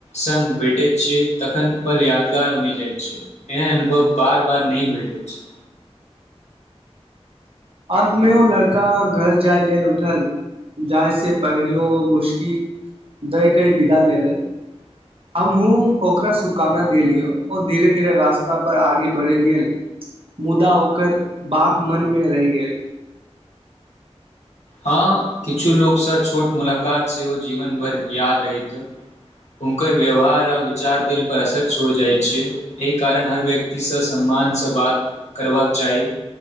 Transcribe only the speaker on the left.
सङ्ग भेटैत छैक तखन पल यादगार बनि जाइत छैक एहन अनुभव बार बार नहि भेटैत छैक
हँ किछु लोकसँ छोट मुलाकात सेहो जीवन भरि याद रहैत हुनकर व्यवहार आ विचार दिल पर असर छोड़ जाइत छैक एहि कारण हर व्यक्तिसँ सम्मानसँ बात करबाक चाही